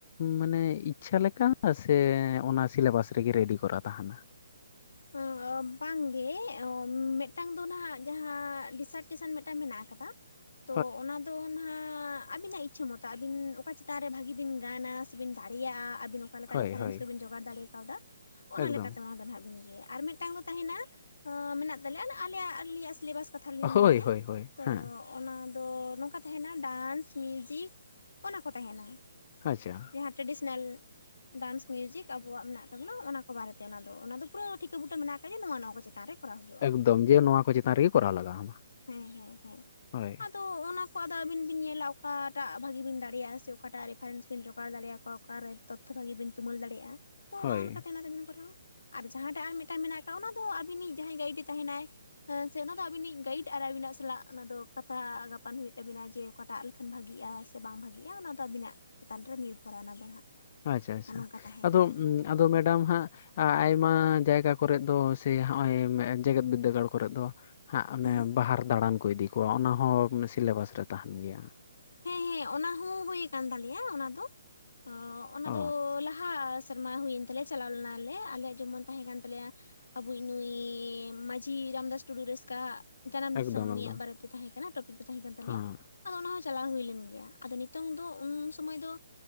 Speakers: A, on the left (about 35°); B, on the left (about 90°).
A: ᱢᱟᱱᱮ ᱤᱪᱪᱷᱟᱹ ᱞᱮᱠᱟ ᱥᱮ ᱚᱱᱟ ᱥᱤᱞᱮᱵᱟᱥ ᱨᱮ ᱜᱮ ᱨᱮᱰᱤ ᱠᱚᱨᱟ ᱛᱟᱦᱮᱱᱟ?
B: ᱦᱩᱸ ᱚ ᱵᱟᱝ ᱜᱮ ᱢᱮᱫᱴᱟᱝ ᱫᱚ ᱱᱟᱦᱟᱜ ᱡᱟᱦᱟᱸ ᱰᱤᱥᱟᱨᱴᱮᱥᱮᱱ ᱢᱮᱫᱴᱮᱝ ᱢᱮᱱᱟᱜ ᱟᱠᱟᱫᱟ,
A: <unintelligible>
B: ᱛᱚ ᱚᱱᱟ ᱫᱚ ᱱᱟᱦᱜ ᱟᱹᱵᱤᱱᱟᱜ ᱤᱪᱪᱷᱟᱹ ᱢᱚᱛᱚ ᱟᱹᱵᱤᱱ ᱚᱠᱟ ᱪᱮᱛᱟᱱ ᱨᱮ ᱵᱷᱟᱹᱜᱤ ᱵᱤᱱ ᱜᱟᱱᱟ ᱥᱮ ᱵᱤᱱ ᱫᱟᱲᱮᱭᱟᱜ-ᱟ ᱟᱹᱵᱤᱱ ᱚᱠᱟ ᱞᱮᱠᱟ
A: ᱦᱳᱭ
B: ᱨᱮᱤᱯᱷᱟᱨᱮᱱᱥ
A: ᱦᱳᱭ
B: ᱠᱚ ᱵᱤᱱ ᱡᱚᱜᱟᱲ ᱫᱟᱲᱮ ᱠᱟᱣᱫᱟ ᱚᱱᱟ
A: ᱮᱠᱫᱚᱢ
B: ᱞᱮᱠᱟᱛᱮ ᱚᱱᱟ ᱫᱚ ᱱᱟᱸᱦᱜ ᱵᱤᱱ ᱟᱨ ᱢᱮᱫᱴᱟᱝ ᱫᱚ ᱛᱟᱦᱮᱸᱱᱟ, ᱢᱮᱱᱟᱜ ᱛᱟᱞᱮᱭᱟ ᱟᱞ ᱟᱞᱮᱭᱟᱜ ᱟᱞᱮᱭᱟᱜ ᱥᱤᱞᱮᱵᱟᱥ ᱠᱟᱛᱷᱟ ᱞᱤᱧ
A: ᱦᱳᱭ
B: ᱢᱮᱱᱮᱜ-ᱟ
A: ᱦᱳᱭ ᱦᱳᱭ
B: ᱾ ᱛᱚ
A: ᱦᱮᱸ
B: ᱚᱱᱟ ᱫᱚ ᱱᱚᱝᱠᱟ ᱛᱟᱦᱮᱱᱟ ᱰᱟᱱᱥ, ᱢᱤᱭᱩᱡᱤᱠ ᱚᱱᱟ ᱠᱚ ᱛᱟᱦᱮᱱᱟ ᱾
A: ᱟᱪᱪᱷᱟ ᱾
B: ᱡᱟᱦᱟᱸ ᱴᱨᱮᱰᱤᱥᱮᱱᱟᱞ ᱰᱟᱱᱥ ᱢᱤᱭᱩᱡᱤᱠ ᱟᱵᱚᱣᱟᱜ ᱢᱮᱱᱟᱜ ᱛᱟᱵᱚᱱᱟ ᱚᱱᱟ ᱠᱚ ᱵᱟᱨᱮ ᱛᱮ ᱚᱱᱟ ᱫᱚ ᱾ ᱚᱱᱟ ᱫᱚ ᱯᱩᱨᱟᱹᱣ ᱴᱷᱤᱠᱟᱹ ᱵᱩᱴᱟᱹ ᱢᱮᱱᱟᱜ ᱟᱠᱟᱜ-ᱟ ᱡᱮ ᱱᱚᱣᱟ ᱱᱚᱣᱟ ᱠᱚ ᱪᱮᱛᱟᱱ ᱨᱮ ᱠᱚᱨᱟᱣ ᱦᱩᱭᱩᱜᱼᱟ
A: ᱮᱠᱫᱚᱢ ᱡᱮ, ᱱᱚᱣᱟ ᱠᱚ ᱪᱮᱛᱟᱱ ᱨᱮ ᱜᱮ ᱠᱚᱨᱟᱣ ᱞᱟᱜᱟᱣᱢᱟ
B: ᱦᱮᱸ ᱦᱮᱸ ᱦᱮᱸ
A: ᱦᱳᱭ ᱾
B: ᱟᱫᱚ ᱚᱱᱟ ᱠᱚ ᱟᱫᱚ ᱟᱹᱵᱤᱱ ᱵᱤᱱ ᱧᱮᱞᱟ ᱚᱠᱟᱴᱟᱜ ᱵᱷᱟᱜᱤ ᱵᱤᱱ ᱫᱟᱲᱮᱭᱟᱜ-ᱟ ᱥᱮ, ᱚᱠᱟᱴᱟᱜ ᱨᱮᱯᱷᱟᱨᱮᱱᱥ ᱵᱤᱱ ᱡᱚᱜᱟᱲ ᱫᱟᱲᱮᱭᱟ ᱠᱚᱣᱟ ᱚᱠᱟ ᱨᱮ ᱾ ᱛᱚᱛᱛᱷᱚ ᱵᱷᱟᱹᱜᱤ ᱵᱤᱱ ᱛᱩᱢᱟᱹᱞ ᱫᱟᱲᱮᱭᱟᱜ-ᱟ ᱾ ᱛᱚ
A: ᱦᱳᱭ
B: ᱚᱱᱟ ᱚᱞ ᱠᱟᱛᱮ ᱛᱮ ᱚᱱᱟ ᱫᱚᱵᱤᱱ ᱠᱚᱨᱟᱣᱟ ᱾ ᱟᱨ ᱡᱟᱦᱟᱸ ᱴᱷᱮᱜ ᱟᱨ ᱢᱮᱜᱴᱟᱡ ᱢᱮᱱᱟᱜ ᱟᱠᱟᱜ, ᱚᱱᱟ ᱫᱚ ᱟᱹᱵᱤᱱᱤᱡ ᱡᱟᱦᱟᱸᱭ ᱜᱟᱭᱤᱰᱮ ᱛᱟᱦᱮᱸᱱᱟᱭ ᱥᱮ ᱚᱱᱟ ᱫᱚ ᱟᱹᱵᱤᱱᱤᱡ ᱜᱟᱭᱤᱰ ᱟᱨ ᱟᱹᱵᱤᱱᱟᱜ ᱥᱟᱞᱟᱜ ᱚᱱᱟ ᱫᱚ ᱠᱟᱛᱷᱟ ᱜᱟᱯᱟᱱ ᱦᱩᱭᱩᱜ ᱛᱟᱹᱵᱤᱱᱟ᱾ ᱡᱮ ᱚᱠᱟᱴᱟᱜ ᱞᱮᱠᱷᱟᱱ ᱵᱷᱟᱹᱜᱤᱜ-ᱟ, ᱥᱮ ᱵᱟᱝ ᱵᱷᱟᱜᱤᱜ-ᱟ ᱾ ᱚᱱᱟ ᱫᱚ ᱟᱵᱤᱱᱟᱜ ᱪᱮᱛᱟᱱ ᱨᱮ ᱱᱤᱨᱵᱷᱚᱨᱟ ᱚᱱᱟ ᱫᱚ ᱦᱟᱸᱜ᱾
A: ᱟᱪᱪᱷᱟ ᱟᱪᱪᱷᱟ
B: ᱚᱱᱮ ᱚᱱᱠᱟ
A: ᱾
B: ᱛᱟᱦᱮᱸ
A: ᱟᱫᱚ
B: ᱠᱟᱱᱟ
A: ᱟᱫᱚ ᱢᱮᱰᱟᱢ ᱦᱟᱸᱜ ᱟᱭᱢᱟ ᱡᱟᱭᱜᱟ ᱠᱚ ᱨᱮᱜ ᱫᱚ ᱥᱮ, ᱦᱚᱸᱜ-ᱚᱭ ᱡᱮᱜᱮᱫ ᱵᱤᱫᱽᱫᱟᱹᱜᱟᱲ ᱠᱚ ᱨᱮ ᱫᱚ ᱾ ᱦᱟᱸᱜ ᱚᱱᱮ
B: ᱦᱩᱸ
A: ᱵᱟᱦᱟᱨ ᱫᱟᱲᱟᱱ ᱠᱚ ᱤᱫᱤ ᱠᱚᱣᱟ, ᱚᱱᱟ ᱦᱚᱸ ᱥᱤᱞᱮᱵᱟᱥ ᱨᱮ ᱛᱟᱦᱮᱱ ᱜᱮᱭᱟ᱾
B: ᱦᱮᱸ ᱦᱮᱸ ᱚᱱᱟ ᱦᱚᱸ ᱦᱩᱭ ᱠᱟᱱ ᱛᱟᱞᱮᱭᱟ᱾ ᱚᱱᱟ ᱫᱚ, ᱚᱱᱟ
A: ᱚ
B: ᱫᱚ ᱞᱟᱦᱟ ᱥ ᱥᱮᱨᱢᱟ ᱦᱩᱭᱮᱱ ᱛᱟᱞᱮᱭᱟ ᱪᱟᱞᱟᱣ ᱞᱮᱱᱟᱞᱮ, ᱟᱞᱮ ᱡᱮᱢᱚᱱ ᱛᱟᱦᱮᱸ ᱠᱟᱱ ᱛᱟᱞᱮᱭᱟ ᱾ ᱟᱵᱚᱭᱤᱡ ᱱᱩᱭ ᱢᱟᱺᱡᱷᱤ ᱨᱟᱢᱫᱟᱥ ᱴᱩᱰᱩ ᱨᱟᱹᱥᱠᱟ ᱟᱸᱜ ᱡᱟᱱᱟᱢ
A: ᱮᱠᱫᱚᱢ
B: ᱫᱤᱥᱚᱢ ᱩᱱᱤᱭᱟᱜ
A: ᱮᱠᱫᱚᱢ
B: ᱵᱟᱨᱮ ᱛᱮ ᱛᱟᱦᱮᱸ ᱠᱟᱱᱟ᱾ ᱴᱚᱯᱤᱠ ᱫᱚ ᱛᱟᱦᱮᱸ ᱠᱟᱱ ᱛᱟᱞᱮᱭᱟ
A: ᱦᱮᱸ
B: ᱾ᱟᱫᱚ ᱚᱱᱟ ᱦᱚᱸ ᱪᱟᱞᱟᱣ ᱦᱩᱭ ᱞᱮᱱ ᱜᱮᱭᱟ᱾ ᱟᱫᱚ ᱱᱤᱛᱚᱝ ᱫᱚ ᱩᱱ ᱥᱩᱢᱟᱭ ᱫᱚ